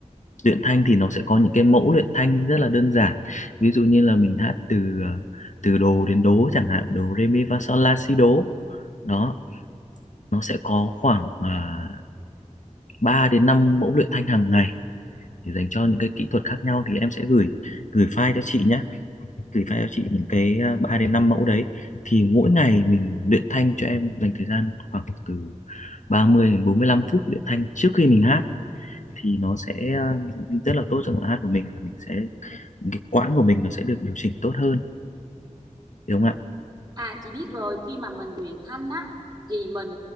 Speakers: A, on the left (about 70°); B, on the right (about 30°).
A: luyện thanh thì nó sẽ có những cái mẫu luyện thanh rất là đơn giản ví dụ như là mình hát từ à, từ đồ đến đố chẳng hạn đồ re mi fa sol la si đố đó nó sẽ có khoảng à, 3 đến 5 mẫu luyện thanh hàng ngày để dành cho những cái kỹ thuật khác nhau thì em sẽ gửi gửi file cho chị nhé gửi file cho chị những cái à, 3 đến 5 mẫu đấy thì mỗi ngày mình luyện thanh cho em dành thời gian khoảng từ 30 đến 45 phút luyện thanh trước khi mình hát thì nó sẽ à, rất là tốt cho giọng hát của mình và mình sẽ cái quãng của mình nó sẽ được điều chỉnh tốt hơn đúng không ạ
B: À chị biết rồi khi mà mình luyện thanh á thì mình